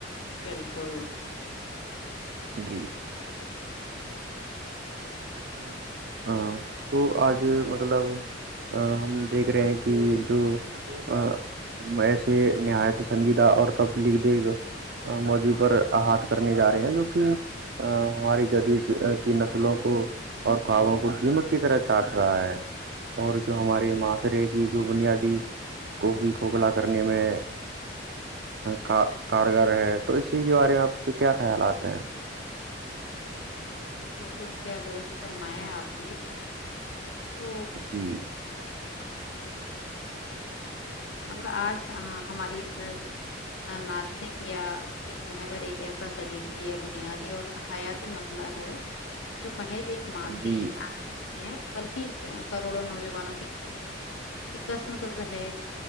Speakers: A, on the left; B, on the right.
A: بالکل
B: جی اچ ہاں تو آج مطلب ہم دیکھ رہے ہیں کہ جو ہم ایسے نہایت سنجیدہ اور تب لکھ دے گا موضوع پر احط کرنے جا رہے ہیں جو کہ ہماری جدید کی نسلوں کو اور خواابوں کو دیمک کی طرح چاٹ رہا ہے اور جو ہمارے معاشرے کی جو بنیادی کوک کھوکھلا کرنے میں کاکارگر ہے تو اسی کے بارے میں آپ کے کیا خیالات ہیں
A: بالکل کیا درست فرمایا آپ نے تو
B: <inaudible>
A: مطلب آج ہماری اس ناسستک یا ایک محور ایک ایسا کلیدی یا بنیادی اور حیاتی مثلہ ہے جو محج ایک ماں سے
B: جی
A: ہے بلکہ کروڑوں نوجوانوں کی جیت کی کسم کس ہے